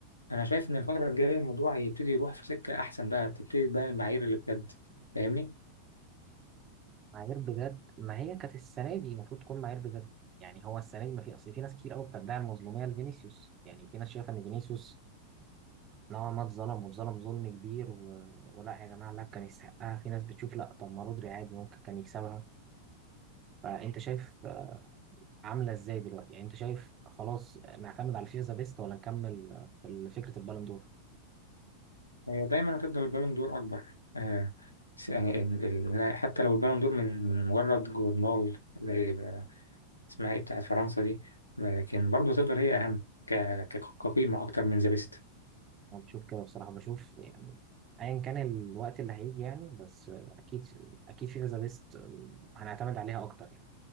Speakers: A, on the left; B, on the right.
A: انا شايف ان الفترة الجاية الموضوع هيبتدي يروح في سكة احسن بقى تبتدي تبان المعايير اللي بجد فاهمني
B: معايير بجد ما هي كانت السنه دي المفروض تكون معايير بجد، يعني هو السنه دي ما في اصل في ناس كتير قوي بتدعي المظلوميه لفينيسيوس، يعني في ناس شايفه ان فينيسيوس نوعا ما اتظلم واتظلم ظلم كبير و... ولا يا جماعه لا كان يستحقها، في ناس بتشوف لا طب ما رودري عادي ممكن كان يكسبها، فانت شايف آه، عامله ازاي دلوقتي؟ يعني انت شايف خلاص آه، نعتمد على الفيفا ذا بيست ولا نكمل آه، في فكره البالون دور؟
A: هي دايما هتفضل البالون دور أكبر آه س- يعني ال- ال- حتى لو البالون دور من من مجرد جورنال زي ب- اسمها إيه بتاعت فرنسا دي لكن برضه هتفضل هي أهم ك- ك- كقيمة أكتر من ذا بيست
B: انا بشوف كده بصراحه بشوف يعني ايا كان الوقت اللي هيجي يعني بس آه، اكيد اكيد فيفا ذا بيست هنعتمد عليها اكتر يعني